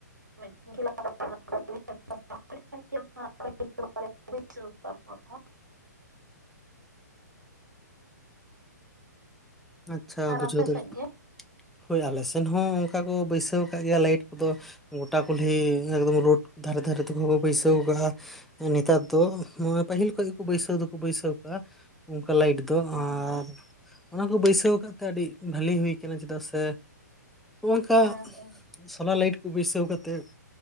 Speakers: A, on the right; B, in the centre.
A: ᱢᱤᱫ <unintelligible>
B: <inaudible>
A: <unintelligible> ᱵᱟᱹᱭᱥᱟᱹᱣ ᱟᱠᱟᱜ ᱠᱚ ᱦᱟᱸᱜ ᱛᱟᱦᱮᱸᱱ᱾
B: ᱟᱪᱪᱷᱟ
A: ᱟᱨ
B: ᱵᱩᱡᱷᱟᱹᱣ
A: ᱟᱯᱮ
B: ᱫᱟᱲᱤᱫ,
A: ᱥᱮᱫ ᱜᱮ
B: ᱦᱳᱭ ᱟᱞᱮ ᱥᱮᱱ ᱦᱚᱸ ᱚᱸᱠᱟ ᱠᱚ ᱵᱟᱹᱭᱥᱟᱹᱣ ᱟᱠᱟᱜ ᱜᱮᱭᱟ ᱞᱟᱹᱭᱤᱴ ᱠᱚᱫᱚ᱾ ᱜᱳᱴᱟ ᱠᱩᱞᱦᱤ ᱮᱠᱫᱚᱢ ᱨᱳᱰ ᱫᱷᱟᱨᱮ ᱫᱷᱟᱨᱮ ᱛᱮᱠᱚ <unintelligible> ᱵᱟᱹᱭᱥᱟᱹᱣ ᱟᱠᱟᱜᱼᱟ᱾ ᱮᱸ ᱱᱮᱛᱟᱨ ᱫᱚ ᱢᱟᱱᱮ ᱯᱟᱹᱦᱤᱞ ᱠᱷᱚᱡ ᱜᱮ ᱵᱟᱹᱭᱥᱟᱹᱣ ᱫᱚᱠᱚ ᱵᱟᱹᱭᱥᱟᱹᱣ ᱟᱠᱟᱜᱼᱟ ᱚᱸᱠᱟ ᱞᱟᱹᱭᱤᱴ ᱛᱚ
A: ᱦᱮᱸ
B: ᱟᱨ
A: ᱦᱮᱸ
B: ᱚᱱᱟ ᱠᱚᱞᱮ ᱵᱟᱹᱭᱥᱟᱹᱣ ᱟᱠᱟᱫ ᱛᱮ ᱟᱹᱰᱤ ᱵᱷᱟᱹᱞᱤ ᱦᱩᱭ ᱠᱟᱱᱟ ᱪᱮᱫᱟᱜ ᱥᱮ, ᱚᱸᱠᱟᱜ
A: ᱦᱮᱸ ᱦᱮᱸ
B: ᱥᱳᱞᱟᱨ ᱞᱟᱹᱭᱤᱴ ᱠᱚ ᱵᱟᱹᱭᱥᱟᱹᱣ ᱠᱟᱛᱮᱜ,